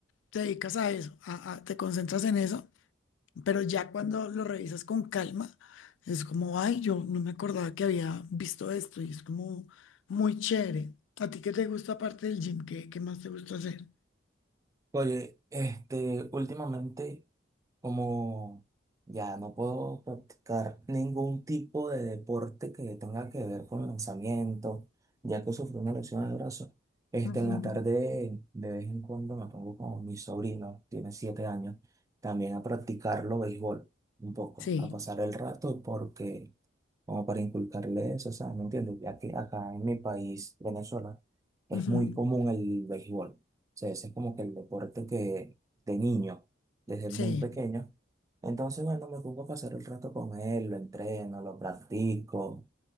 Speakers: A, on the left (about 80°); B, on the right (about 15°).
A: te dedicas a eso, a- a- te concentras en eso Pero ya cuando lo revisas con calma, es como, ay, yo no me acordaba que había visto esto y es como muy chévere. ¿A ti qué te gusta aparte del gym? ¿Qué, qué más te gusta hacer?
B: Oye, este, últimamente... Como ya no puedo practicar ningún tipo de deporte que tenga que ver con lanzamiento, ya que sufrí una lesión en el brazo, este,
A: Ujú.
B: en la tarde de vez en cuando me pongo con mi sobrino, tiene siete años, también a practicarlo béisbol un poco,
A: Sí,
B: a pasar el rato porque como para inculcarle eso, ¿sabes? ¿Me entiendes? Ya que acá en mi país, Venezuela, es
A: ujú,
B: muy común el béisbol. O sea, ese es como que el deporte que de niño, desde
A: Sí.
B: muy pequeño. Entonces, bueno, me pongo a pasar el rato con él, lo entreno, lo practico.